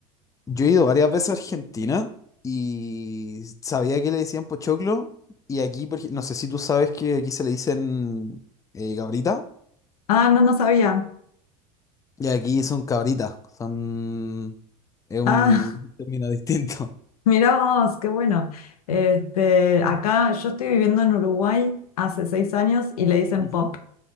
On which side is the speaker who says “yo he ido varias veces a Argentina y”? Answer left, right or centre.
Left